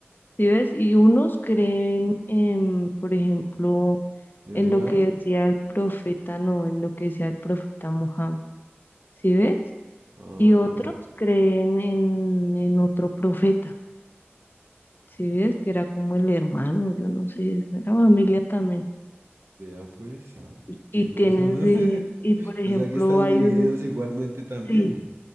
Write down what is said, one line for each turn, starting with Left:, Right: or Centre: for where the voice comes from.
Left: ¿Sí ves? Y unos creen en, por ejemplo,
Right: ¿En
Left: en
Right: Ra?
Left: lo que decía el profeta, no, en lo que decía el profeta Mohammed. ¿Sí ves?
Right: Ah,
Left: y otros creen en, en otro profeta, si ves que era como el hermano, yo no sé, es la familia también.
Right: vea pues,
Left: Y,
Right: qué
Left: y
Right: cosa,
Left: tienen,
Right: ¿no?
Left: de-
Right: <laughs>
Left: y por ejemplo,
Right: O sea que están
Left: hay
Right: divididos
Left: un,
Right: igualmente también,
Left: sí,